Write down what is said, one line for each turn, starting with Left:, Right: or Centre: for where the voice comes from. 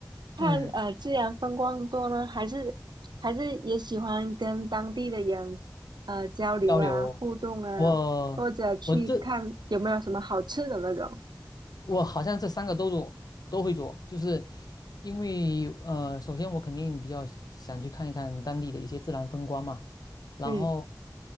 Right: 看呃自然风光多呢，
Left: 嗯，
Right: 还是还是也喜欢跟当地的人呃交流啊、
Left: 交流，
Right: 互动啊，
Left: 我我这
Right: 或者去看有没有什么好吃的那种？
Left: 我好像这三个都做都会做，就是因为呃，首先我肯定比较想去看一看当地的一些自然风光嘛，然后
Right: 嗯，